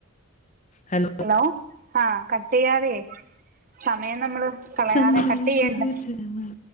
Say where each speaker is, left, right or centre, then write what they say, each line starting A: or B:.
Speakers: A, on the left (about 35°); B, on the right (about 40°).
A: ഹലോ..
B: ഹലോ ആ. കട്ടെയ്യാതെ.. സമയം നമ്മള് കളയാതെ
A: സന്തോഷ
B: കട്ട് ചെയ്യണ്ട..
A: സൂചകമായി